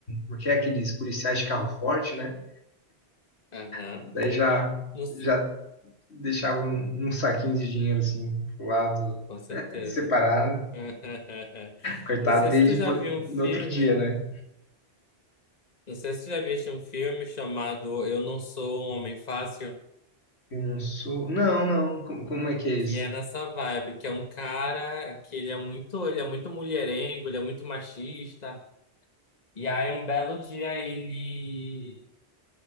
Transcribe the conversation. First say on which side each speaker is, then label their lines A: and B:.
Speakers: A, on the left; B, on the left.
A: o que é aqueles policiais de carro forte, né?
B: Aham.
A: Daí já
B: Não s-
A: já deixava um, um saquinho de dinheiro assim pro lado,
B: Com certeza.
A: separado.
B: <laughs>
A: Coitado
B: Não sei
A: desde
B: se tu já viu um filme.
A: no outro dia, né?
B: Não sei se tu já viste um filme chamado Eu Não Sou um Homem Fácil,
A: Eu não sou. Não, não. Como, como é que é
B: que
A: isso?
B: é nessa vibe, que é um cara que ele é muito, ele é muito mulherengo, ele é muito machista. E aí um belo dia ele